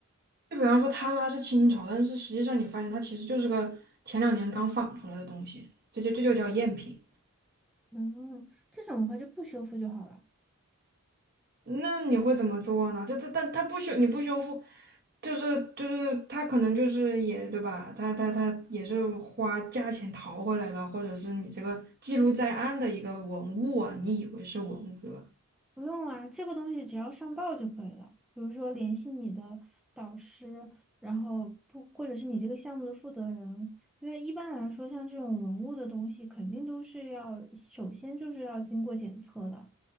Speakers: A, on the right; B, in the centre.
A: 就比方说他说它是清朝，但是实际上你发现它其实就是个前两年刚仿出来的东西，这就这就叫赝品。
B: 嗯，这种的话就不修复就好了。
A: 那你会怎么做呢？就他，但他不修，你不修复，就是就是他可能就是也对吧？他他他也是花价钱淘回来的，或者是你这个记录在案的一个文物啊，你以为是文物对吧？
B: 不用啊，这个东西只要上报就可以了。比如说联系你的导师，然后不，或者是你这个项目的负责人，因为一般来说，像这种文物的东西，肯定都是要首先就是要经过检测的，